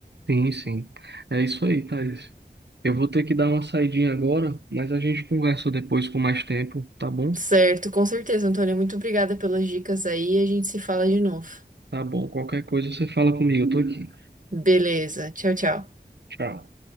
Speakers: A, on the right; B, on the right.
A: Sim, sim. É isso aí, Thaís. Eu vou ter que dar uma saidinha agora, mas a gente conversa depois com mais tempo, tá bom?
B: Certo, com certeza, Antônia. Muito obrigada pelas dicas aí. e A gente se fala de novo.
A: Tá bom. Qualquer coisa você fala comigo, eu tô aqui.
B: Beleza. Tchau, tchau.
A: Tchau.